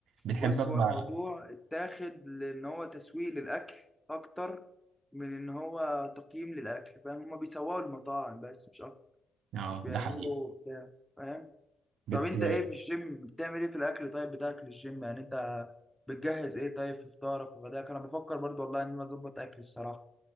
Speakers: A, on the right (about 75°); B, in the centre.
A: بتحب
B: بص
A: اما
B: هو الموضوع اتاخد لان هو تسويق للاكل اكتر من ان هو تقييم للاكل فاهم هما بيسوقوا المطاعم بس مش اكتر
A: اه
B: مش بيعملوا
A: ده حقيقي
B: بتاع فاهم
A: بت...
B: طب انت ايه في الجيم بتعمل ايه في الاكل طيب بتاعك للجيم يعني انت بتجهز ايه طيب في فطارك وغداك انا بفكر برضو والله ان انا اظبط اكلي الصراحه